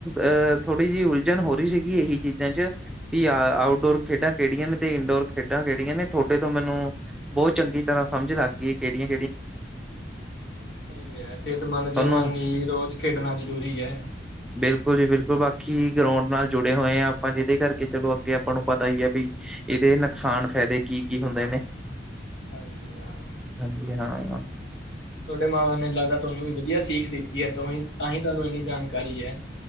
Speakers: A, in the centre; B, on the left (about 85°).
A: ਅ ਥੋੜ੍ਹੀ ਜੀ ਉਲਝਣ ਹੋ ਰੀ ਸੀਗੀ ਏਹੀ ਚੀਜ਼ਾਂ ਚ ਪੀ ਆ ਆਊਟਡੋਰ
B: ਹੈ
A: ਖੇਡਾਂ ਕੇੜੀਆਂ ਨੇ ਤੇ ਇਨਡੋਰ ਖੇਡਾਂ ਕੇੜੀਆਂ ਨੇ ਥੋਡੇ ਤੋਂ ਮੈਨੂੰ ਬੋਤ ਚੰਗੀ ਤਰ੍ਹਾਂ ਸਮਝ ਲੱਗ ਗਈ ਕੇੜੀਆ
B: ਸਈ ਐ ਸੇਤਮੰਦ
A: ਤੁਹਾਨੂੰ
B: ਜੀਵਨ ਲਈ ਰੋਜ਼ ਖੇਡਣਾ ਜ਼ਰੂਰੀ ਐ।
A: ਬਿਲਕੁਲ ਜੀ ਬਿਲਕੁਲ ਬਾਕੀ ਗਰੋਂਡ ਨਾਲ ਜੁੜੇ ਹੋਏ ਆ ਆਪਾਂ ਜਿਦੇ ਕਰਕੇ ਚਲੋ ਅੱਗੇ ਆਪਾਂ ਨੂੰ ਪਤਾ ਈ ਆ ਵੀ ਏਦੇ ਨੁਕਸਾਨ ਫੈਦੇ ਕੀ-ਕੀ ਹੁੰਦੇ ਨੇ?
B: ਹਾਂਜੀ ਹਾਂ।
A: ਹਾਂਜੀ ਹਾਂ।
B: ਤੁਆਡੇ ਮਾਂਵਾ ਨੇ ਲੱਗਦਾ ਤੁਆਨੂੰ ਵੀ ਵਧੀਆ ਸੀਖ ਦਿੱਤੀ ਏ ਤੁ ਤਾਂਹੀ ਤੁਆਨੂੰ ਇੰਨੀ ਜਾਣਕਾਰੀ ਐ।